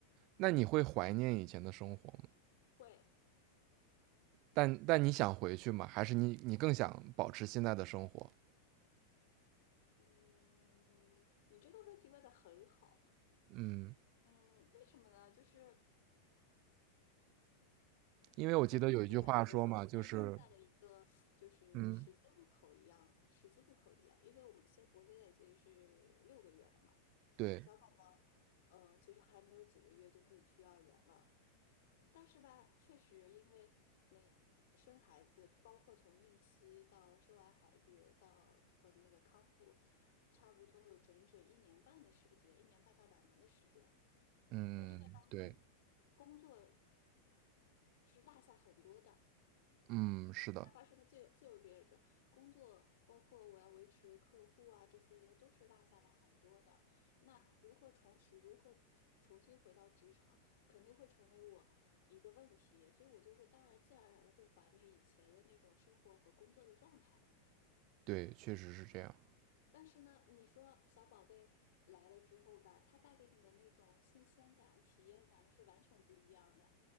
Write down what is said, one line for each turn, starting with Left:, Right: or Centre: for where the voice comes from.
Right: 那你会怀念以前的生活吗？
Left: 会，
Right: 但但你想回去吗？还是你你更想保持现在的生活？
Left: 嗯，你这个问题问得很好，
Right: 嗯，
Left: 嗯，为什么呢？就是
Right: 因为我记得有一句话说嘛，
Left: 可能我感觉我现在站在了一个就是十字路口一样，
Right: 就是嗯，
Left: 十字路口一样，因为我们现我现在已经是六个月了嘛，
Right: 对，
Left: 小宝宝，呃，其实还没有几个月就可以去幼儿园了，但是吧，确实因为那生孩子，包括从孕期到生完孩子到呃那个康复，差不多有整整一年半的时间，一年半到两年的时间，
Right: 嗯，
Left: 在这个当中，
Right: 对，
Left: 工作是落下很多的。
Right: 嗯，是的，
Left: 哪怕是个自由自由职业者，工作包括我要维持客户啊这些的，都是落下了很多的。那如何重拾，如何重新回到职场，肯定会成为我一个问题。所以我就会当然自然而然的会怀念以前的那种生活和工作的状态。
Right: 对，确实是这样，
Left: 但是呢，你说小宝贝来了之后吧，他带给你的那种新鲜感、体验感是完全不一样的。